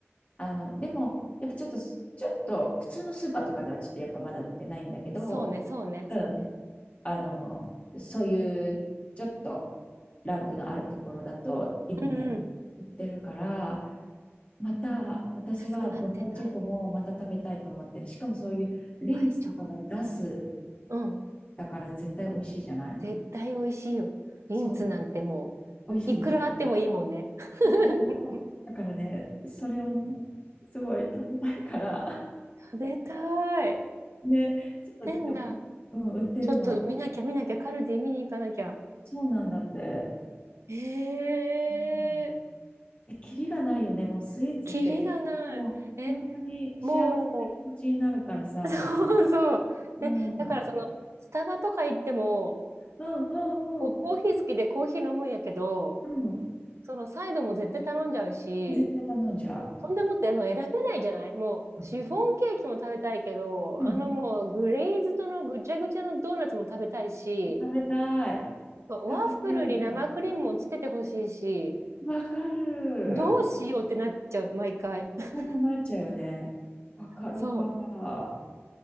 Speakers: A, on the left; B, on the right.
A: あの、でも、やっぱちょっと、ちょっと、普通のスーパーとかではちょっとやっぱまだ売ってないんだけど、
B: そうね、そうね、
A: うん、
B: そうね。
A: あの、そういう、ちょっと、ランクのあるところだと、今ね、
B: うんうん。
A: 売ってるから、また、私はドバイチョコもまた食べたいと思ってる。
B: 安くなってんだ。
A: しかもそういうリンツとかが出す、
B: ワイチョコ。うん。
A: だから絶対美味しいじゃない
B: 絶対美味しいよ。リンツなんてもう、
A: そう、美味しいでしょ。
B: いくらあってもいいもんね。<laughs>
A: でしょだからね、それをね、すごい食べたいから、
B: 食べたい。
A: <laughs> ね、ちょっと、
B: てんだ。
A: でもうん、売ってるの。
B: ちょっと見なきゃ見なきゃ、カルディ見に行かなきゃ。
A: そうなんだって。
B: ええー、
A: うん、え、キリがないよね、もうスイーツって。
B: キリがない。
A: もう、
B: え、
A: 本当に幸せな気持ちになるからさ。
B: もう、<laughs> そうそう。
A: もう、
B: で、だからその、スタバとか行っても、
A: うんうんうん。
B: こコーヒー好きでコーヒー飲むんやけど、
A: うん
B: そのサイドも絶対頼んじゃうし、
A: 絶対頼んじゃう。
B: そんでもってあの選べないじゃないもうシフォンケーキも食べたいけど、
A: うんうん
B: あのもうグレーズドのぐちゃぐちゃのドーナツも食べたいし、
A: 食べたい。
B: ワッフルに生クリームをつけてほしいし、
A: 食べたいよね。わかる。
B: どうしようってなっちゃう、毎回。<laughs>
A: なくなっちゃうよね。わかるわ。
B: そう。